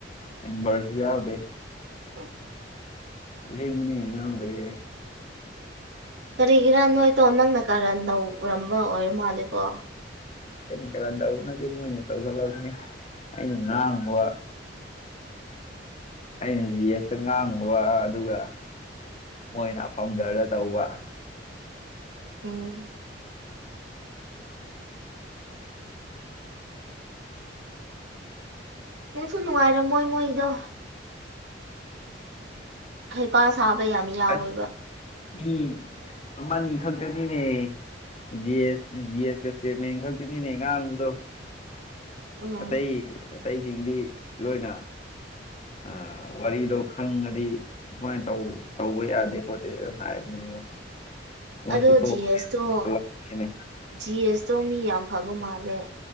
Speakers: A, on the left; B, on the right.
A: ꯃꯦꯝꯕꯔꯁꯨ ꯌꯥꯎꯗꯦ
B: ꯎꯝ
A: ꯑꯁꯦꯡꯃꯥꯅꯦ ꯌꯥꯎꯗ꯭ꯔꯦ
B: ꯀꯔꯤꯒꯤꯔꯥ ꯅꯣꯏꯇꯣ ꯅꯪꯅ ꯀꯥꯔꯟ ꯅꯧꯔꯝꯕ ꯑꯣꯏꯔ ꯃꯥꯜꯂꯦꯀꯣ
A: ꯑꯩꯅ ꯀꯔꯟ ꯇꯧꯕꯅꯦ ꯑꯗꯨ ꯃꯣꯏꯅ ꯇꯧꯈꯠꯂꯛꯕꯅꯤ ꯑꯩꯅ ꯉꯥꯡꯕ ꯑꯩꯅ ꯖꯤ ꯑꯦꯁꯇ ꯉꯥꯡꯉꯨꯕ ꯑꯗꯨꯒ ꯃꯣꯏꯅ ꯐꯝꯗꯔꯗ ꯇꯧꯕ
B: ꯎꯝ ꯅꯨꯡꯁꯨ ꯅꯨꯡꯉꯥꯏꯔꯝꯃꯣꯏ ꯃꯣꯏꯗꯣ ꯍꯩꯄꯥ ꯁꯥꯕ ꯌꯥꯝ ꯌꯥꯎꯋꯦꯕ
A: ꯑꯁ ꯃꯤ ꯑꯃꯅꯤ ꯈꯛꯇꯅꯤꯅꯦ ꯖꯤ ꯑꯦꯁ ꯖꯤ ꯑꯦꯁꯀ ꯆꯤꯔꯃꯦꯟ ꯈꯛꯇꯅꯤꯅꯦ ꯉꯥꯡꯕꯗꯣ
B: ꯎꯝ
A: ꯑꯇꯩ ꯑꯇꯩꯁꯤꯡꯗꯤ ꯂꯣꯏꯅ ꯑ ꯋꯥꯔꯤꯗꯣ ꯈꯪꯉꯗꯤ ꯑꯁꯨꯃꯥꯏꯟ ꯇꯧ ꯇꯧꯕ ꯌꯥꯗꯦꯀꯣꯠꯇꯦꯗꯪ ꯍꯥꯏꯕꯅꯦꯕ ꯃꯣꯏꯁꯨ
B: ꯑꯗꯣ
A: <unintelligible>
B: ꯖꯤ ꯑꯦꯁꯇꯣ ꯖꯤ ꯑꯦꯁꯇꯣ ꯃꯤ ꯌꯥꯝ ꯐꯕ ꯃꯥꯜꯂꯦ